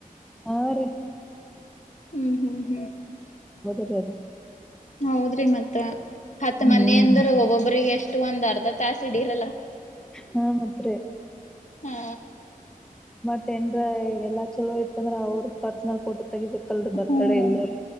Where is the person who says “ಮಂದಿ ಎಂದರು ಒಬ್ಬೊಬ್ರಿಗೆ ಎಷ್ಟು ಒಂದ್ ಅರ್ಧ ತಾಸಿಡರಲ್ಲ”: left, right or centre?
Left